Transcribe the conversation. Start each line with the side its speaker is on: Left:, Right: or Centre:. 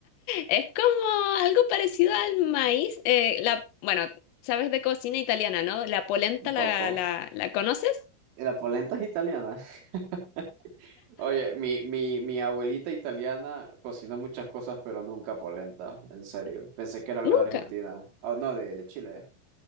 Left: Es como algo parecido al maíz. eh, la, bueno, sabes de cocina italiana, ¿no? La polenta,
Right: Un poco.
Left: ¿la, la, la conoces?
Right: La polenta es italiana. <laughs> Oye, mi, mi, mi abuelita italiana cocinó muchas cosas, pero nunca polenta, en serio. Pensé que era algo
Left: Nunca.
Right: de Argentina. Oh, no, de, de Chile.